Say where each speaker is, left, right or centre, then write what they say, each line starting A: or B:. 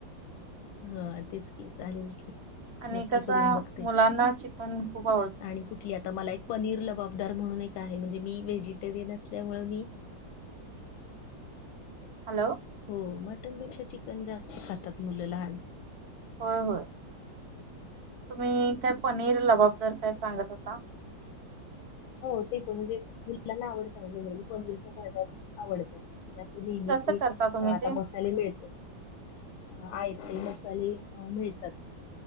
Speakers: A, on the left; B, on the right.
A: ह तेच की चालेल की
B: आणि
A: नक्की
B: कस
A: करून बघते
B: मुलांना चिकन खूप आवडतं.
A: आणि कुठली आता मला एक पनीर लबाबदार म्हणून एक आहे म्हणजे मी व्हेजिटेरियन असल्यामुळ मी
B: हॅलो
A: हो मटणपेक्षा चिकन जास्त खातात मुलं लहान
B: होय होय तुम्ही काय पनीर लबाबदार काय सांगत होता.
A: हो ते पण म्हणजे मुलांना आवडतं ना जनरली पनीरच्या भाज्या आवडतात. नेहमीची
B: कसं करता तुम्ही
A: आता
B: ते?
A: मस्त मसाले मिळतात हा आयते मसाले मिळतात.